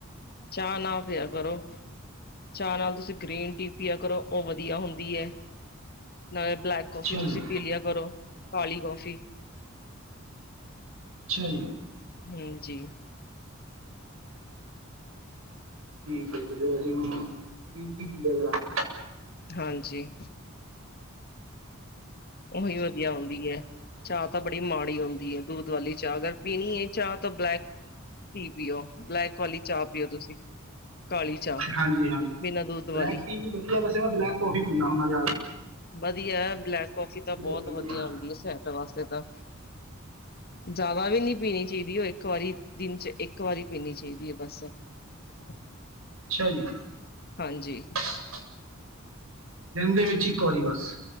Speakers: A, on the left; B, on the right.
A: ਚਾਹ ਨਾ ਪਿਆ ਕਰੋ। ਚਾਹ ਨਾਲ ਤੁਸੀਂ ਗ੍ਰੀਨ ਟੀ ਪੀਆ ਕਰੋ ਉਹ ਵਧੀਆ ਹੋਂਦੀ ਹੈ। ਨਾਲੇ ਬਲੈਕ ਕੌਫੀ
B: ਅੱਛਾ
A: ਤੁਸੀਂ
B: ਜੀ
A: ਪੀਲਿਆ ਕਰੋ ਕਾਲੀ ਕੌਫੀ।
B: ਅੱਛਾ ਜੀ।
A: ਹਾਂਜੀ।
B: ਠੀਕ ਹੈ ਜੀ ਫੇਰ ਅਸੀਂ ਹੁਣ ਗ੍ਰੀਨ ਟੀ ਪੀ ਲਿਆ ਕਰਾਂਗੇ।
A: ਹਾਂਜੀ। ਔਹੀ ਵਧੀਆ ਹੋਦੀ ਹੈ। ਚਾਹ ਤਾਂ ਬੜੀ ਮਾੜੀ ਹੁੰਦੀ ਹੈ ਦੁੱਧ ਵਾਲੀ ਚਾਹ ਅਗਰ ਪੀਣੀ ਹੈ ਚਾਹ ਤਾਂ ਬਲੈਕ ਟੀ ਪੀਓ ਬਲੈਕ ਵਾਲੀ ਚਾਹ ਪੀਓ ਤੁਸੀਂ ਕਾਲੀ ਚਾਹ
B: ਹਾਂਜੀ ਹਾਂਜੀ
A: ਬਿਨਾਂ ਦੁੱਧ ਵਾਲੀ।
B: ਬਲੈਕ ਟੀ ਵੀ ਵਧੀਆ ਵੈਸੇ ਮੈਂ ਬਲੈਕ ਕਾਫੀ ਪੀਨਾ ਹੁੰਨਾ ਜਿਆਦਾ ਤਰ।
A: ਵਧੀਆ ਬਲੈਕ ਕਫੀ ਤਾਂ ਬਹੁਤ
B: ਕੇ ਨਹੀਂ
A: ਵਧੀਆ
B: ਆਇਆ
A: ਹੁੰਦੀ ਹੈ ਸਿਹਤ ਵਾਸਤੇ ਤਾਂ। ਜ਼ਿਆਦਾ ਵੀ ਨਹੀਂ ਪੀਣੀ ਚਾਹੀਦੀ ਔਹ ਇੱਕ ਵਾਰੀ ਦਿਨ ਚ ਇੱਕ ਵਾਰੀ ਪੀਣੀ ਚਾਹੀਦੀ ਹੈ ਬਸ। <inaudible>
B: ਅੱਛਾ ਜੀ।
A: ਹਾਂਜੀ।
B: <inaudible> ਦਿਨ ਦੇ ਵਿੱਚ ਇੱਕ ਵਾਰੀ ਬੱਸ।